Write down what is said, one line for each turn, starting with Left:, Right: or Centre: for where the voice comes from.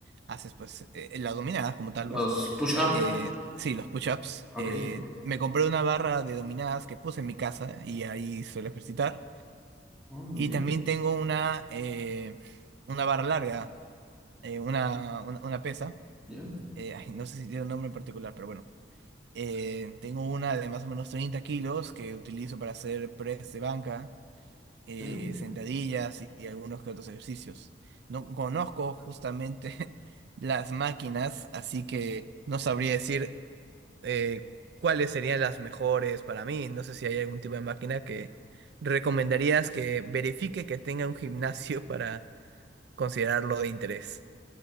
Right: haces pues eh, las dominadas como tal,
Centre: Los
Right: vez
Centre: push-up.
Right: eh, sí, los push-ups.
Centre: Ok.
Right: Eh, me compré una barra de dominadas que puse en mi casa y ahí suelo ejercitar.
Centre: Oh, muy
Right: Y
Centre: bien.
Right: también tengo una, eh, una barra larga, eh, una, una, una pesa.
Centre: Ya.
Right: Eh, ay, no sé si tiene un nombre en particular, pero bueno. Eh, tengo una de más o menos 30 kilos que utilizo para hacer press de banca, eh,
Centre: ok.
Right: sentadillas y, y algunos que otros ejercicios. No conozco justamente <laughs> las máquinas, así que no sabría decir eh, cuáles serían las mejores para mí. No sé si hay algún tipo de máquina que recomendarías que verifique que tenga un gimnasio <laughs> para considerarlo de interés.